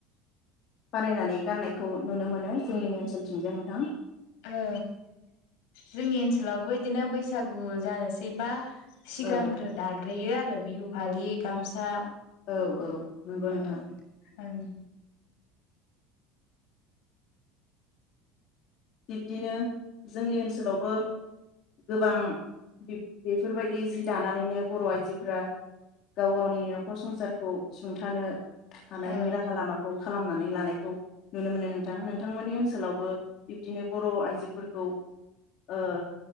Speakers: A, on the left; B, on the left.
A: बानायनानै गान्नाय खौ नुनो मोनो जोंनि ओनसोलथिंजाय नोंथां।
B: ओ जोंनि ओनसोलावबो इदिनो बैसागु जानोसैबा सिगांग्रो
A: औ
B: दाग्रोयो आरो <unintelligible> बिहु फालि गामसा
A: औ औ नंगौ नोंथां
B: ओं ओं
A: बिब्दिनो जोंनि ओनसोलावबो गोबां बिब बेफोरबायदि जि दानानैनो बर' आइजोफोरा गाव गावनि न'खर संसारखौ सुंथानो हानायनि
B: ओं
A: राहा लामाखौ खालामनानै लानायखौ नुनो मोनो नोंथां नोंथांमोननि ओनसोलावबो बिब्दिनो बर' आइजोफोरखौ ओ